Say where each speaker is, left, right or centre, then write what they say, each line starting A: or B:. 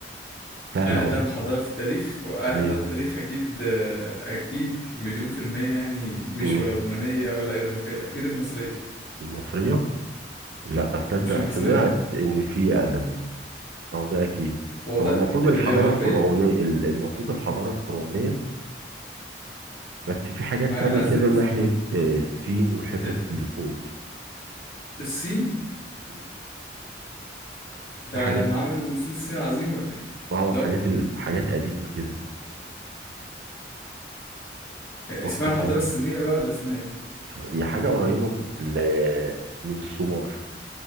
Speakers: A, on the right; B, on the left.
A: سهله
B: اقدم
A: اهو
B: حضاره في التاريخ واقدم
A: ايوه
B: حضاره في التاريخ اكيد آه، اكيد مليون في الميه يعني مش
A: أمم.
B: ولا رومانيه ولا اغريقيه اكيد المصريه
A: المصريه لا اصدق
B: مش المصرية
A: سمعت ان في اقدم يعني أو ده أكيد
B: والله
A: هو المفروض الحضارة
B: الإغريقية
A: الفرعونية ال- المفروض الحضارة الفرعونية بس في حاجات
B: ما
A: تانية
B: أنا عايز
A: كده
B: المس...
A: ناحية آه، الصين والحتت
B: ال- ال-
A: اللي فوق دي
B: الصين
A: مم.
B: ده
A: في حاجات
B: لما عملوا سور الصين عظيم ولا إيه؟
A: اه
B: لا
A: حاجات
B: والله
A: ال- حاجات قديمة كده
B: اسمها
A: فكر
B: الحضارة
A: كده
B: الصينية بقى ولا اسمها إيه؟
A: مش عارف. هي حاجة قريبة من ال- من السومار